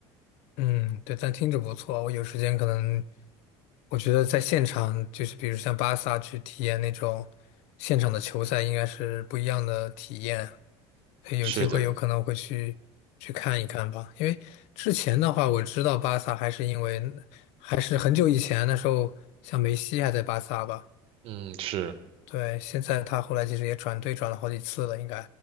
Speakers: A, on the left; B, on the right.
A: 嗯，对，但听着不错。我有时间可能，我觉得在现场，就是比如像巴萨去体验那种现场的球赛，应该是不一样的体验。所以有机会有可能会去去看一看吧。
B: 是的，
A: 因为之前的话，我知道巴萨还是因为还是很久以前那时候，像梅西还在巴萨吧。
B: 嗯，是，
A: 对，现在他后来其实也转队转了好几次了，应该。